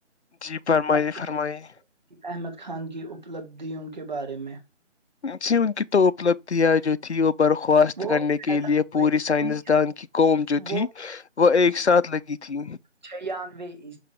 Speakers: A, on the left; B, on the right.
A: جی فرمائیے
B: اب <unintelligible>
A: فرمائیے
B: احمد خان کی اپلبدھیوں کے بارے میں
A: سی انون کی تو اپلبدھی ہے جو تھی وہ برخواست
B: وہ
A: کرنے کے
B: پیدا
A: لیے
B: ہوئے
A: پوری سائنسدان
B: ان-
A: کی قوم جو تھی
B: وہ
A: وہ ایک ساتھ لگی تھی
B: چھھیانوے ع